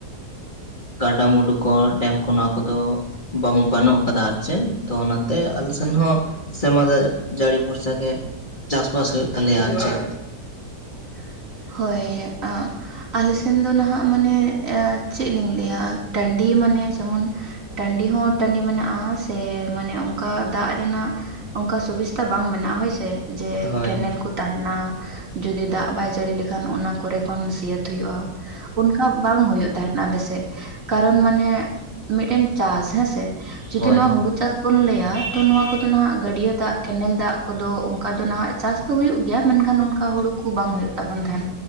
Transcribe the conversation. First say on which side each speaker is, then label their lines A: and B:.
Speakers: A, on the left; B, on the right.
A: ᱜᱟᱰᱟᱼᱢᱩᱰᱩ ᱠᱚ ᱰᱮᱢ ᱠᱚ ᱱᱚᱣᱟ ᱠᱚᱫᱚ, ᱵᱟᱱ ᱵᱟᱹᱱᱩᱜ ᱟᱠᱟᱫᱟ ᱟᱨ ᱪᱮᱫ ᱛᱚ ᱚᱱᱟᱛᱮ ᱟᱞᱮ ᱥᱮᱱ ᱦᱚᱸ ᱥᱮᱨᱢᱟ ᱫᱟᱜ ᱡᱟᱹᱲᱤ ᱵᱷᱚᱨᱥᱟ ᱜᱮ ᱪᱟᱥᱵᱟᱥ ᱦᱩᱭᱩᱜ ᱛᱟᱞᱮᱭᱟ, ᱟᱨ ᱪᱮᱫ
B: <unintelligible> ᱦᱳᱭ ᱟᱜ ᱟᱞᱮ ᱥᱮᱫ ᱫᱚ ᱱᱟᱦᱟᱜ ᱢᱟᱱᱮ ᱪᱮᱫ ᱞᱤᱧ ᱞᱟᱹᱭᱟ ᱴᱟᱺᱰᱤ ᱢᱟᱱᱮ ᱡᱮᱢᱚᱱ ᱴᱟᱺᱰᱤ ᱦᱚᱸ ᱴᱟᱺᱰᱤ ᱢᱮᱱᱟᱜᱼᱟ ᱥᱮ ᱢᱟᱱᱮ ᱚᱱᱠᱟ ᱫᱟᱜ ᱨᱮᱱᱟᱜ ᱚᱱᱠᱟ ᱥᱩᱵᱤᱥᱛᱟ ᱵᱟᱝ ᱢᱮᱱᱟᱜᱼᱟ, ᱦᱳᱭ ᱥᱮ ᱡᱮ
A: ᱦᱳᱭ
B: ᱠᱮᱱᱮᱞ ᱠᱚ ᱛᱟᱦᱮᱱᱟ ᱡᱩᱫᱤ ᱫᱟᱜ ᱵᱟᱭ ᱡᱟᱹᱲᱤ ᱞᱮᱠᱷᱟᱱ ᱚᱱᱟ ᱠᱚᱨᱮ ᱠᱷᱚᱱ ᱥᱤᱭᱟᱹᱛ ᱦᱩᱭᱩᱜᱼᱟ᱾ ᱚᱱᱠᱟ ᱵᱟᱝ ᱦᱩᱭᱩᱜ ᱛᱟᱦᱮᱸᱱᱟ ᱟᱞᱮᱥᱮᱫ ᱠᱟᱨᱚᱱ ᱢᱟᱱᱮ ᱢᱤᱫᱴᱮᱱ ᱪᱟᱥ ᱦᱮᱸᱥᱮ ᱡᱩᱫᱤ
A: ᱦᱳᱭ
B: ᱱᱚᱣᱟ ᱦᱩᱲᱩ ᱪᱟᱥ ᱵᱚᱱ ᱞᱟᱹᱭᱟ ᱛᱚ ᱱᱚᱣᱟ ᱠᱚᱫᱚ ᱱᱟᱦᱟᱜ ᱜᱟᱹᱰᱭᱟᱹ ᱫᱟᱜ ᱠᱮᱱᱮᱞ ᱫᱟᱜ ᱠᱚᱫᱚ ᱚᱱᱠᱟ ᱫᱚ ᱱᱟᱦᱟᱜ ᱪᱟᱥ ᱛᱳ ᱦᱩᱭᱩᱜ ᱜᱮᱭᱟ ᱢᱮᱱᱠᱷᱟᱱ ᱚᱱᱠᱟ ᱦᱳᱲᱳ ᱠᱚ ᱵᱟᱝ ᱦᱳᱭᱳᱜ ᱛᱟᱵᱚᱱ ᱛᱟᱦᱮᱱ